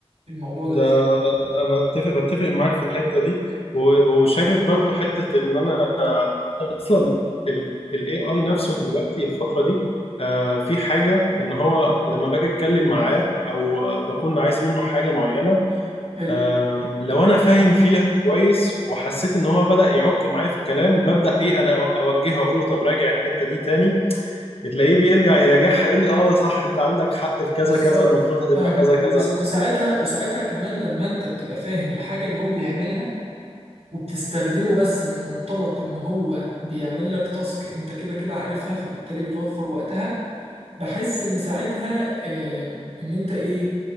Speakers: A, on the right; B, on the left.
A: الموضوع ده
B: ده
A: بالذات
B: انا اتفق بتفق معاك في الحتة دي و- وشايف برضو حتة ان انا اصلا الاي اي نفسه دلوقتي الفتره دي آه، في حاجه ان هو لما باجي اتكلم معاه او آه، بكون عايز منه حاجه معينه
A: حلو
B: آم، لو انا فاهم فيها كويس وحسيت ان هو بدا يعك معايا في الكلام ببدا ايه انا أو- اوجهه اقول له طب راجع الحته دي تاني تلاقيه بيرجع يراجعها يقول لي اه صح انت عندك حق في كذا
A: بالظبط
B: كذا المفروض هتبقى
A: فاهمك
B: كذا
A: وس-
B: كذا
A: وساعتها وساعتها كمان لما انت بتبقى فاهم الحاجة اللي هو بيعملها وبتستخدمه بس من منطلق ان هو بيعمل لك تاسك انت كده كده عارفها فبالتالي بتوفر وقتها بحس ان ساعتها آه، ان انت ايه